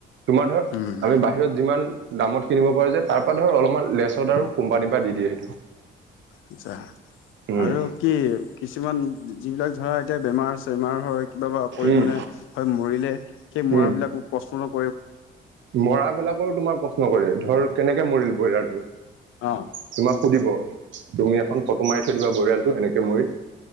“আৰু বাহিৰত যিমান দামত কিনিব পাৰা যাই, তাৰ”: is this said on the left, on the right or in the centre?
Right